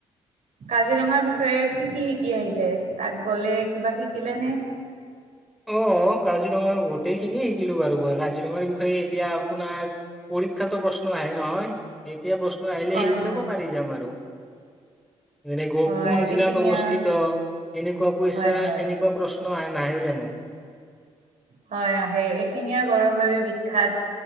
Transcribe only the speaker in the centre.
অঁ, কাজিৰঙা গোটেই খিনিয়ে শিকিলো বাৰু গৈ কাজিৰঙাৰ বিষয়ে এতিয়া আপোনাৰ পঢ়ি- ক্ষাতো প্ৰশ্ন আহে নহয়, এতিয়া প্ৰশ্ন আহিলে
সেইবিলাকো
পাৰি যাম আৰু। এনে কোন
জিলাত
অৱস্থিত, এনেকুৱা কৈইছা
এনেকুৱা প্ৰশ্ন- আহে নাহে জানোঁ?